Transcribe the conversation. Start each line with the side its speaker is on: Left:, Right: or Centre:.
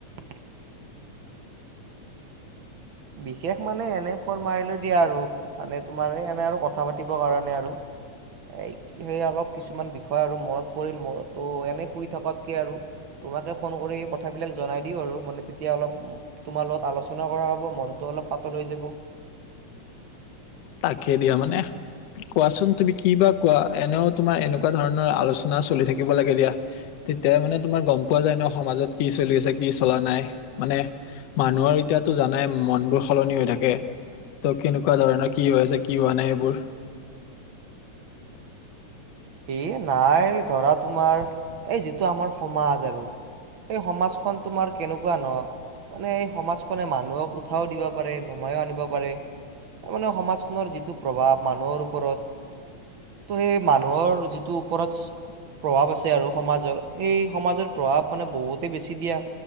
Right: <inaudible> বিশেষ মানে এনে ফোন মাৰিলো দিয়া আৰু। মানে তোমাৰ এনে আৰু কথা পাতিবৰ কাৰণে আৰু। এ সেই অলপ কিছুমান বিষয় আৰু মনত পৰিল মোৰ, তো এনে শুই থকাতকে আৰু তোমাকে ফোন কৰি সেই কথাবিলাক জনাই দিও আৰু, মানে তেতিয়া অলপ তোমাৰ লগত আলোচনা কৰা হব মন ত অলপ পাতল হৈ যাব।
Left: তাকে দিয়া মানে। কোৱাচোন তুমি কি বা কোৱা এনেও তোমাৰ এনেকুৱা ধৰণৰ আলোচনা চলি থাকিব লাগে দিয়া। তেতিয়া মানে তোমাৰ গম পোৱা যায় ন সমাজত কি চলি আছে কি চলা নাই। মানে মানুহৰ এতিয়াটো জানাই মন বোৰ সলনি হৈ থাকে। ত' কেনেকুৱা ধৰণৰ কি হৈ আছে, কি হোৱা নাই সেইবোৰ
Right: এ নাই ধৰা তোমাৰ এই যিটো আমাৰ সমাজ আৰু। সেই সমাজখন তোমাৰ কেনেকুৱা ন। মানে এই সমাজখনে মানুহক উঠাও দিব পাৰে নমাইও আনিব পাৰে। মানে সমাজখনৰ যিটো প্ৰভাৱ মানুহৰ ওপৰত, ত সেই মান- নৰ যিটো ওপৰচ- প্ৰভাৱ আছে আৰু সমাজৰ, সেই সমাজৰ প্ৰভাৱ মানে বহুতে বেছি দিয়া।